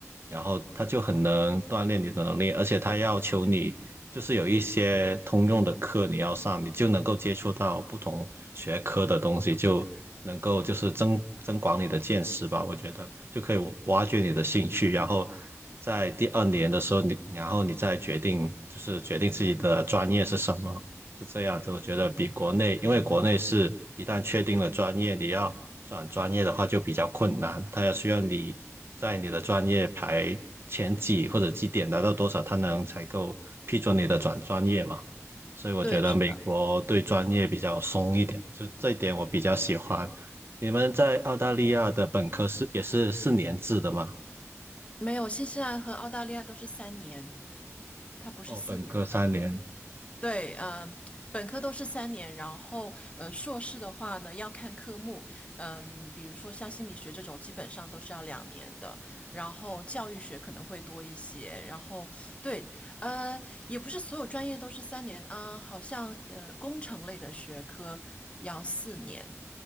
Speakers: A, on the right; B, on the left.
A: 然后他就很能锻炼你的能力，而且他要求你就是有一些通用的课你要上，你就能够接触到不同学科的东西，就能够就是增增广你的见识吧。我觉得就可以挖掘你的兴趣，然后在第二年的时候你，然后你再决定就是决定自己的专业是什么，是这样子。我觉得比国内，因为国内是一旦确定了专业，你要转专业的话就比较困难，它要需要你在你的专业排前几或者绩点达到多少，它能才够批准你的转专业嘛。所以我觉得美国对专业比较松一点，
B: 对，是的，
A: 就这一点我比较喜欢。你们在澳大利亚的本科是也是四年制的吗？
B: 没有，新西兰和澳大利亚都是三年。它不是四年的，
A: 哦，本科三年。
B: 对，嗯、本科都是三年，然后呃，硕士的话呢要看科目，嗯、比如说像心理学这种，基本上都是要两年的，然后教育学可能会多一些，然后对，呃，也不是所有专业都是三年啊、好像呃，工程类的学科要四年，